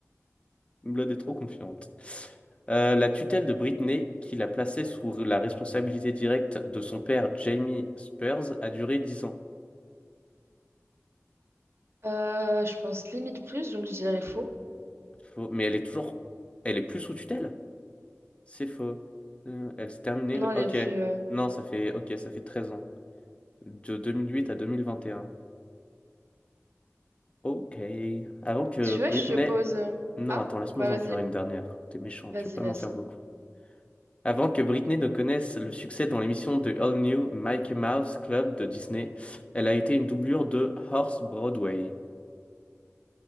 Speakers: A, on the left (about 25°); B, on the right (about 55°).
A: <laughs> Blood est trop confiante. Euh, la tutelle de Britney, qui la plaçait sous la responsabilité directe de son père Jamie Spears, a duré 10 ans.
B: Euh, je pense limite plus, donc je dirais faux.
A: Faux. Mais elle est toujours... Elle est plus sous tutelle? C'est faux. Euh, elle s'est terminée
B: Non,
A: le...
B: elle
A: Ok.
B: est plus, euh,
A: Non, ça fait... Ok, ça fait 13 ans. De 2008 à 2021. Ok. Avant que
B: tu
A: Britney...
B: vois, je te pose, euh,
A: Non,
B: ah,
A: attends, laisse-moi
B: bah, vas-y,
A: en faire une dernière. T'es méchant,
B: vas-y,
A: tu peux pas
B: vas-y.
A: m'en faire beaucoup. Avant que Britney ne connaisse le succès dans l'émission de All New Mickey Mouse Club de Disney, elle a été une doublure de Horse Broadway.